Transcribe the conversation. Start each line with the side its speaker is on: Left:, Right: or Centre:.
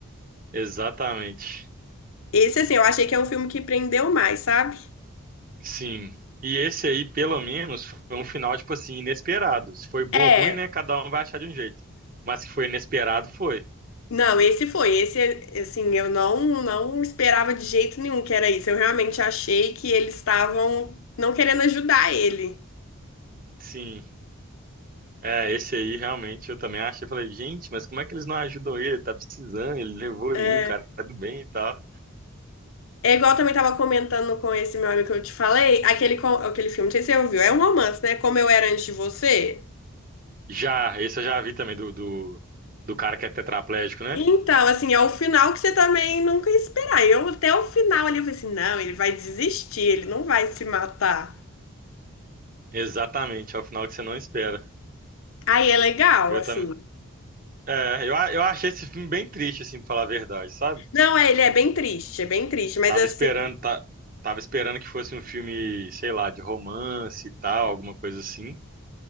Right: Exatamente.
Left: Esse, assim, eu achei que é um filme que prendeu mais, sabe?
Right: Sim. E esse aí, pelo menos, foi um final, tipo assim, inesperado. Se foi bom
Left: É.
Right: ou ruim, né? Cada um vai achar de um jeito. Mas que foi inesperado, foi.
Left: Não, esse foi, esse, assim, eu não, não esperava de jeito nenhum que era isso. Eu realmente achei que eles estavam não querendo ajudar ele.
Right: Sim. É, esse aí realmente eu também achei. Eu falei, gente, mas como é que eles não ajudam ele? Ele tá precisando, ele levou ali,
Left: É.
Right: o cara tá do bem e tal.
Left: É igual eu também tava comentando com esse meu amigo que eu te falei, aquele, co- aquele filme, não sei se você ouviu, é um romance, né? Como Eu Era Antes de Você.
Right: Já, esse eu já vi também, do, do, do cara que é tetraplégico, né?
Left: Então, assim, é o final que você também nunca ia esperar. Eu até o final ali eu falei assim, não, ele vai desistir, ele não vai se matar.
Right: Exatamente, é o final que você não espera.
Left: Aí é legal,
Right: Eu
Left: assim.
Right: também. É, eu, a- eu achei esse filme bem triste, assim, pra falar a verdade, sabe?
Left: Não, é, ele é bem triste, é bem triste, mas
Right: Tava
Left: assim,
Right: esperando, tá, tava esperando que fosse um filme, sei lá, de romance e tal, alguma coisa assim.